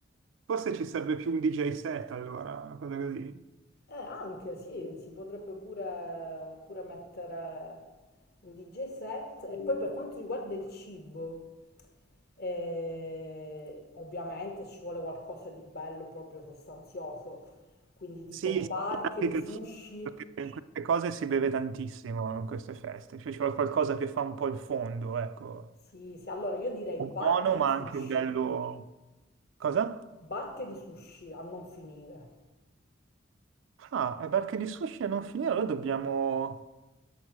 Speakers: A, on the right (about 70°); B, on the left (about 50°).
A: forse ci serve più un DJ set allora, una cosa così.
B: Eh, anche sì, si potrebbe pure, pure mettere un DJ set. E poi per quanto riguarda il cibo, eh, ovviamente ci vuole qualcosa di bello, proprio sostanzioso. Quindi tipo
A: Sì, sì,
B: barche
A: anche
B: di sushi.
A: che perché in queste cose si beve tantissimo in queste feste, cioè c'è qualcosa che fa un po' il fondo, ecco,
B: Sì, sì, allora io direi barche
A: buono
B: di
A: ma
B: sushi,
A: anche bello. Cosa?
B: barche di sushi a non finire.
A: Ah, e perché di sushi a non finire, allora dobbiamo,